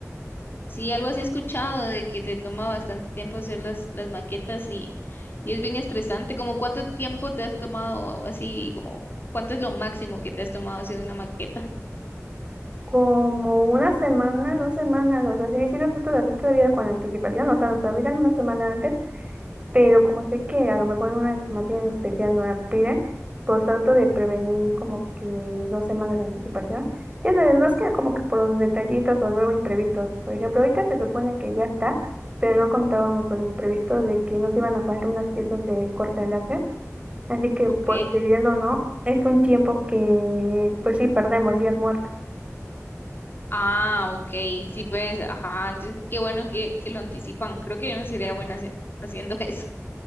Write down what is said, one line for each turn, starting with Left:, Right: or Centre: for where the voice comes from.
Left: Sí, algo así he escuchado de que te toma bastante tiempo hacer las, las maquetas y, y es bien estresante. Como cuánto tiempo te has tomado así, como cuánto es lo máximo que te has tomado haciendo una maqueta?
Right: Como una semana, dos semanas, o sea, sí, sí lo trato de hacer todavía con anticipación, o sea, nos avisan una semana antes Pero como sé que a lo mejor en una materia en especial no la piden, pues trato de prevenir como que dos semanas de anticipación. Ya sabes, más que nada como que por los detallitos o luego imprevistos. Por ejemplo, ahorita se supone que ya está, pero no contábamos con el imprevisto de que nos iban a faltar unas piezas de corte de láser. Así que,
Left: Ok.
Right: pues, queriendo o no, es un tiempo que, pues sí, perdemos días muertos.
Left: Ah, ok, sí, pues, ajá, entonces, qué bueno que, que lo anticipan. Creo que yo no sería buena haci- haciendo <laughs> eso.